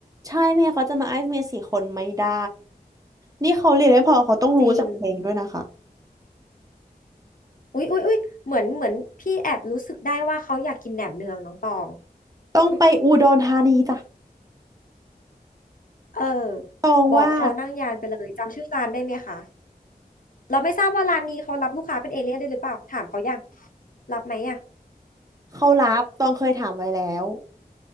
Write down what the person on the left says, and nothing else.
จริงอุ๊ยอุ๊ยอุ๊ยเหมือนเหมือนพี่แอบรู้สึกได้ว่าเขาอยากกินแหนมเนืองน้องตอง
เออ
บอกเขานั่งยานไปเลยจำชื่อร้านได้ไหมคะ เราไม่ทราบว่าร้านนี้เขารับลูกค้าเป็นเอเลี่ยนด้วยหรือเปล่าถามเขายังรับไหมอ่ะ